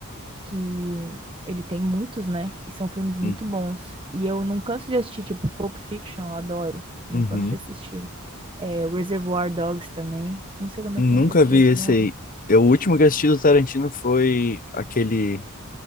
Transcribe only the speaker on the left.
Uhum.
Uhum.
Nunca
vi esse
aí. Eu, o último que assisti do Tarantino foi aquele,